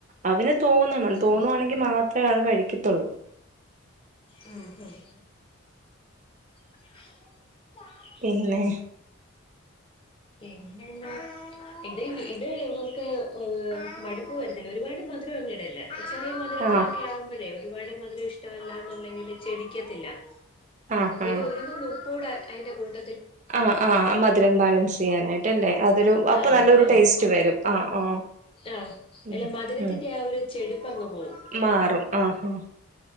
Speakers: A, on the right; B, on the left.
A: അവന് തോന്നണം
B: ഉം
A: തോന്നുവാണെങ്കി മാത്രേ ആള് കഴിക്കത്തൊള്ളൂ
B: ഉം ഉം ആ
A: പിന്നെ
B: പിന്നെന്താ ഇത് ഇത് ഇങ്ങൾക്ക് മടുപ്പ് വരത്തില്ല ഒരുപാട് മധുരങ്ങ് ഇടെല്ല ചെറിയ മധുരത്തിലൊക്കെ
A: ആഹ്
B: ആവുമ്പഴേ ഒരുപാട് മധുരം ഇഷ്ടമല്ലാന്നുണ്ടെങ്കില് ചെടിക്കത്തില്ല
A: ആഹ്
B: അങ് പിന്നെ
A: ആഹ്
B: ഒരു നുള്ള് ഉപ്പൂട അയിന്റെ കൂട്ട
A: ആ ആ മധുരം ബാലൻസ് ചെയ്യാനായിട്ടല്ലേ അതൊരു അപ്പ
B: ആഹ്
A: നല്ലരു
B: ആഹ്
A: ടേസ്റ്റ് വരും ആ ആ
B: ആഹ്
A: ഉം
B: അല്ല മധുരത്തിന്റെ
A: ഉം
B: ആ ഒരു ചെടിപ്പ് അങ്ങ് പോവും
A: മാറും ആ ആ